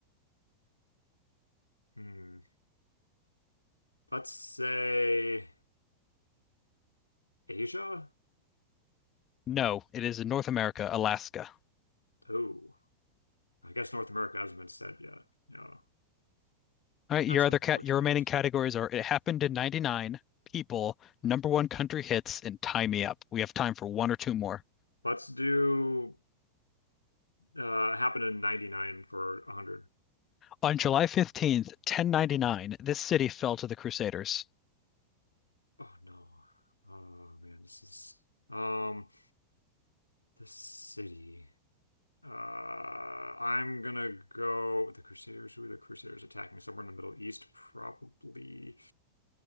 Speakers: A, on the left (about 80°); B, on the left (about 30°).
A: Hmm. Let's say Asia.
B: No, it is in North America, Alaska.
A: Oh. I guess North America hasn't been said yet. Yeah,
B: All right,
A: that's
B: your other
A: unfortunate.
B: cat, your remaining categories are It Happened in 99, People, Number One Country Hits, and Tie Me Up. We have time for one or two more.
A: Let's do uh happened in 99 for 100.
B: On July 15th, 1099, this city fell to the Crusaders.
A: Oh no. Oh man, this is um this city. Uh I'm gonna go with the Crusaders. Who are the Crusaders attacking? Somewhere in the Middle East, probably.